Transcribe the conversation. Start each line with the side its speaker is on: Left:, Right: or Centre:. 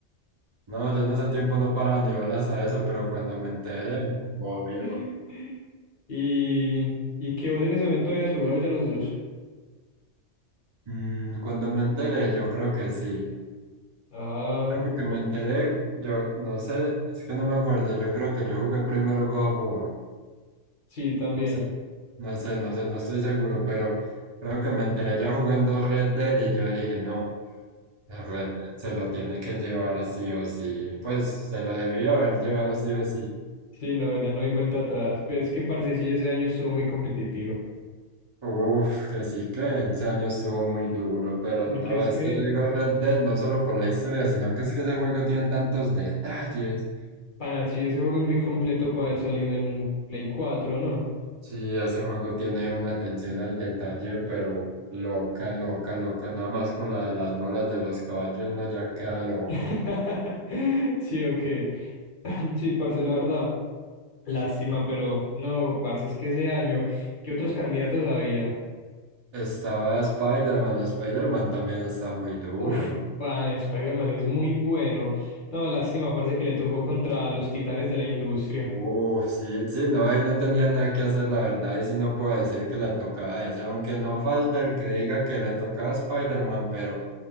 Right: No, yo en ese tiempo no paraba ni bolas a eso, pero cuando me enteré, obvio.
Left: <laughs> Y, y que vos en ese momento habías jugado ya los dos.
Right: Mm, cuando me enteré, yo creo que sí.
Left: Ah,
Right: Creo que
Left: bueno.
Right: me enteré, yo no sé, es que no me acuerdo, yo creo que yo jugué primero God of War.
Left: Sí, también.
Right: No sé, no sé, no sé, no estoy seguro, pero creo que me enteré ya jugando Red Dead y yo dije, no, el Red Dead se lo tiene que llevar sí o sí. Pues se lo debió haber llevado sí o sí.
Left: Sí, no, ya no hay vuelta atrás. Pero es que parce sí ese año estuvo muy competitivo.
Right: Uf, que sí que ese año estuvo muy duro, pero
Left: Porque
Right: no,
Left: es
Right: es
Left: que,
Right: que yo digo Red Dead no solo por la historia, sino que es que ese juego tiene tantos detalles.
Left: para sí, ese juego es muy completo para haber salido en Play cuatro ¿no?
Right: Sí, ese juego tiene una atención al detalle, pero loca, loca, loca. Nada más con la de las bolas de los caballos uno ya queda loco.
Left: <laughs> Sí, ok. <laughs> Sí, parce, la verdad. Lástima, pero no, parce, es que ese año, ¿qué otros candidatos habían?
Right: Estaba Spider-Man, Spider-Man también está muy duro.
Left: Uf, pan, Spider-Man es muy bueno. No, lástima, parce, que le tocó contra los titanes de la industria.
Right: Uf, sí, sí, no, ahí no tenía nada que hacer, la verdad, y sí no puedo decir que le tocaba esa, aunque no falta el que diga que le tocaba a Spider-Man, pero